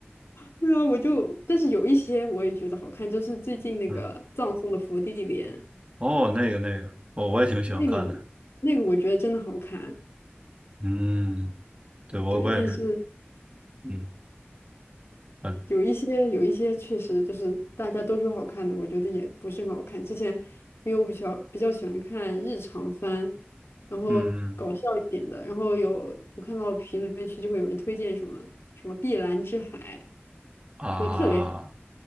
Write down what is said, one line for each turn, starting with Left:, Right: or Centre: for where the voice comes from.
Left: 对啊，我就，但是有一些我也觉得好看，就是最近那个葬送的芙莉莲，
Right: 嗯，哦，那个那个，哦，我也挺喜欢看的。
Left: 那个那个我觉得真的好看，
Right: 嗯，对，我我也是，
Left: 对，但是
Right: 嗯嗯
Left: 有一些有一些确实就是大家都说好看的，我觉得也不是很好看。之前因为我比较比较喜欢看日常番，然后搞笑一点的，
Right: 嗯嗯嗯
Left: 然后有我看到评论区就会有人推荐什么什么《碧蓝之海》，
Right: 啊，
Left: 说特别好，